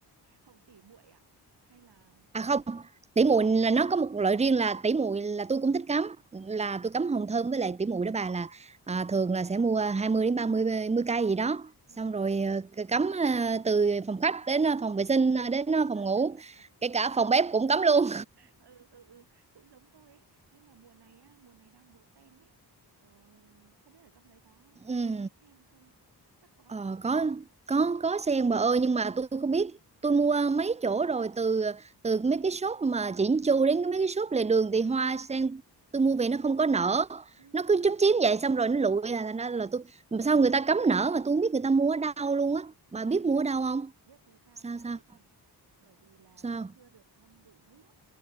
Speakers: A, on the right (about 70°); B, on the right (about 15°).
A: hồng tỷ muội à hay là
B: à không tỉ muội là nó có một loại riêng là tỉ muội là tôi
A: ừ
B: cũng thích cắm là
A: ừ ừ
B: tôi cắm hồng thơm với lại tỉ muội đó bà là à, thường là sẽ mua 20 đến 30 mươi mươi cây gì đó
A: ừ
B: xong
A: ừ
B: rồi ờ, cắm ờ, từ phòng khách đến ờ, phòng vệ sinh ờ, đến ờ, phòng ngủ
A: <laughs>
B: kể cả phòng bếp cũng cắm luôn
A: ừ ừ ừ, cũng giống tôi ấy nhưng mà mùa này á mùa này đang mùa sen đấy ờ, không biết ở trong đấy có
B: <laughs>
A: có
B: ừ.
A: có sen không chắc có
B: Ờ,
A: chứ
B: có
A: nhỉ
B: có có sen bà ơi nhưng mà tôi không biết tôi mua mấy chỗ rồi từ từ mấy cái shop mà chỉnh chu đến mấy cái shop lề đường thì hoa sen tôi mua về nó không có nở
A: ừ.
B: nó cứ chúm chím vậy xong rồi nó lụi là thành ra là tôi mà sao người ta cấm nở mà tôi không biết người ta mua ở đâu luôn á bà
A: biết
B: biết
A: vì
B: mua
A: sao
B: ở đâu
A: không
B: không
A: biết vì sao
B: sao
A: nó lụi
B: sao
A: không bởi vì là
B: sao
A: nó chưa được ngâm đủ nước